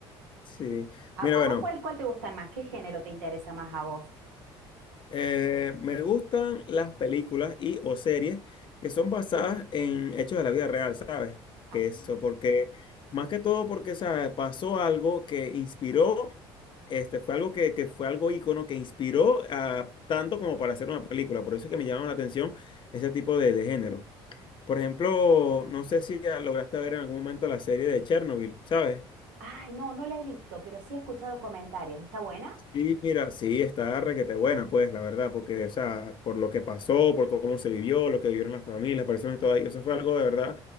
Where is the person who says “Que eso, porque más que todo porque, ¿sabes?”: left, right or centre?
Left